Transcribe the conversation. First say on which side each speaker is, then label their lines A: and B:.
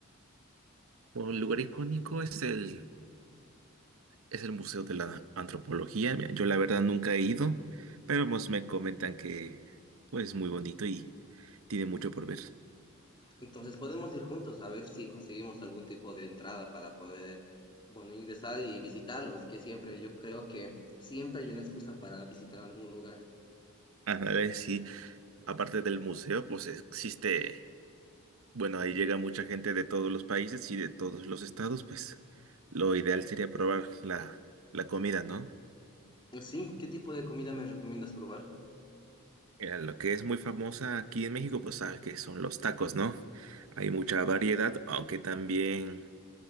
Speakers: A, on the right; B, on the left.
A: Un lugar icónico es el, es el Museo de la Antropología. Mira, Yo la verdad nunca he ido, pero pues me comentan que pues es muy bonito y tiene mucho por ver.
B: Entonces podemos ir juntos a ver si conseguimos algún tipo de entrada para poder, bueno, ingresar y visitarlos, que siempre yo creo que siempre hay una excusa para visitar algún lugar.
A: A ver si aparte del museo, pues existe Bueno, ahí llega mucha gente de todos los países y de todos los estados, pues lo ideal sería probar la, la comida, ¿no?
B: Sí, ¿qué tipo de comida me recomiendas probar?
A: Mira, lo que es muy famosa aquí en México, pues sabes que son los tacos, ¿no? Hay mucha variedad, aunque también